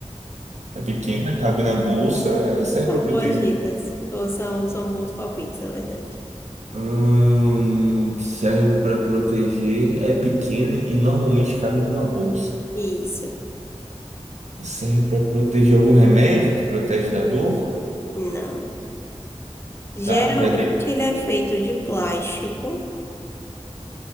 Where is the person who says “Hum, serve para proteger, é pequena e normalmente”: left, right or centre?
Right